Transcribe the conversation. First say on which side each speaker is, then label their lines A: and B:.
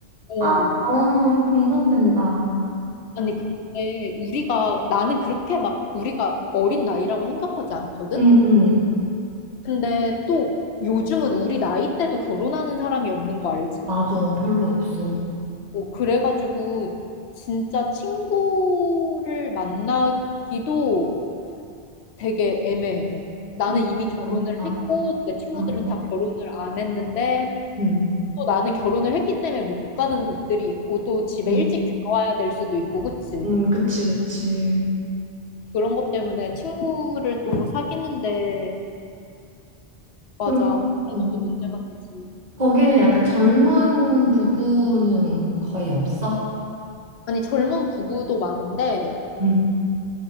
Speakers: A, on the left; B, on the right.
A: 어.
B: 아, 너무 공감된다.
A: 아니, 근데 우리가, 나는 그렇게 막 우리가 어린 나이라고 생각하지 않거든?
B: 응, 응.
A: 근데 또 요즘은 우리 나이 때도 결혼하는 사람이 없는 거 알지?
B: 맞아. 별로 없어.
A: 뭐 그래가지고 진짜 친구를 만나기도 되게 애매해. 나는
B: 응,
A: 이미 결혼을
B: 그러니까.
A: 했고 내 친구들은
B: 맞아.
A: 다 결혼을 안 했는데
B: 응,
A: 또 나는 결혼을 했기 때문에 못 가는 곳들이 있고 또 집에
B: 응,
A: 일찍 들어와야 될 수도 있고 그치?
B: 응. 그치, 그치.
A: 그런 것 때문에 친구를 또 사귀는데 맞아.
B: 그럼,
A: 그런
B: 어.
A: 것도 문제가 되지.
B: 거기는 약간 젊은 부부는 거의 없어?
A: 아니 젊은 부부도 많은데
B: 응.